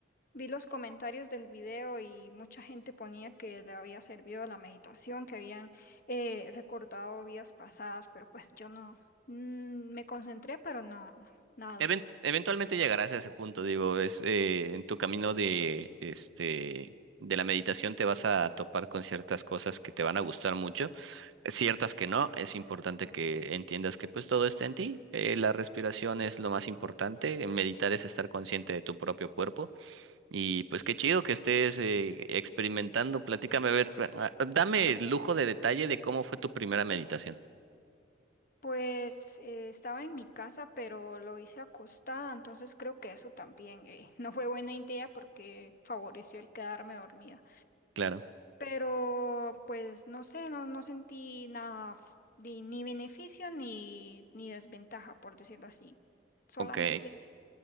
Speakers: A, on the left (about 45°); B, on the right (about 75°).
A: Vi los comentarios del video y mucha gente ponía que le había servido la meditación, que habían eh, recordado vidas pasadas, pero pues yo no, mm, me concentré, pero no, no, nada.
B: Even- eventualmente llegarás a ese punto, digo, es eh, en tu camino de, este, de la meditación te vas a topar con ciertas cosas que te van a gustar mucho. ciertas que no, es importante que entiendas que pues todo está en ti, eh, la respiración es lo más importante, en meditar es estar consciente de tu propio cuerpo y pues qué chido que estés eh, experimentando, platícame, a ver, ah, ah, dame el lujo de detalle de cómo fue tu primera meditación.
A: Pues eh, estaba en mi casa, pero lo hice acostada, entonces creo que eso también eh, <laughs> no fue buena idea porque favoreció el quedarme dormida.
B: Claro,
A: Pero pues no sé, no, no sentí nada, f- ni ni beneficio ni, ni desventaja, por decirlo así solamente
B: ok,